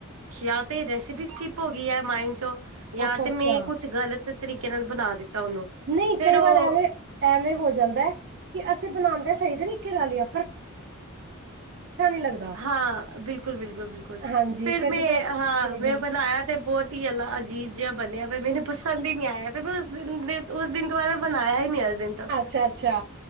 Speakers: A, on the right; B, on the right.
A: ਯਾ ਤੇ ਰੈਸੀਪੀ ਸਕਿਪ ਹੋ ਗਈ ਹੈ ਮਾਈਂਡ ਚੋ ਯ
B: ਅੱਛਾ,
A: ਤੇ
B: ਅੱਛਾ
A: ਮੈਂ ਕੁਛ ਗ਼ਲਤ ਤਰੀਕੇ ਨਾਲ ਬਣਾ ਦਿੱਤਾ ਉਹਨੂੰ
B: ਨਹੀਂ
A: ਫੇਰ
B: ਕਈ
A: ਉਹ
B: ਵਾਰ ਐਵੇਂ ਐਵੇਂ ਹੋ ਜਾਂਦਾ ਹੈ, ਕਿ ਅਸੀਂ ਬਣਾਉਦੇ ਸਹੀ ਤਰੀਕੇ ਨਾਲ ਹੀ ਆਂ ਲੱਗਦਾ।
A: ਹਾਂ ਬਿਲਕੁਲ ਬਿਲਕੁਲ ਬਿਲਕੁਲ
B: ਹਾਂਜੀ
A: ਫੇਰ ਮੈਂ
B: ਜਦੋਂ ਹੂੰ,
A: ਹਾਂ ਮੈਂ
B: ਹੂੰ
A: ਬਣਾਇਆ ਤੇ ਬਹੁਤ ਹੀ ਅ ਅਜੀਬ ਜਿਹਾ ਬਣਿਆ, ਫਿਰ ਮੈਨੂੰ ਪਸੰਦ ਹੀ ਨਹੀਂ ਆਇਆ ਫ ਉਸ ਦਿਨ ਉਸ ਦਿਨ ਤੋਂ ਬਾਅਦ ਮੈਂ ਬਣਾਇਆ ਹੀ ਨੀ ਹਰ ਦਿਨ ਤੱਕ
B: ਅੱਛਾ ਅੱਛਾ,